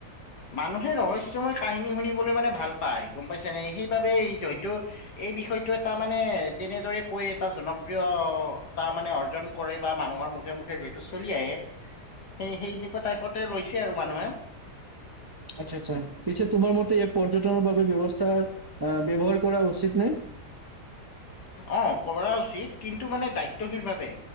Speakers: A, on the left; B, on the right.
A: মানুহে ৰহস্যময় কাহিনী শুনিবলৈ মানে ভাল পায়। গম পাইছেনে, সেইবাবেেই হয়ো এই বিষয়টো তাৰমানে তেনেদৰে কৈ এটা জনপ্ৰিয়তা মানে অৰ্জন কৰে বা মানুহৰ মুখে মুখে যিহেতু চলি আহে, সেই সেই এনেকুৱা টাইপতে লৈছেই আৰু মানুহে
B: আচ্ছা আচ্ছা পিছে তোমাৰ মতে এক পৰ্যটনৰ বাবে ব্যৱস্থা ব্যৱহাৰ কৰা উচিত নে?
A: অ কৰা উচিত। কিন্তু মানে দায়িত্বশীল ভাৱে,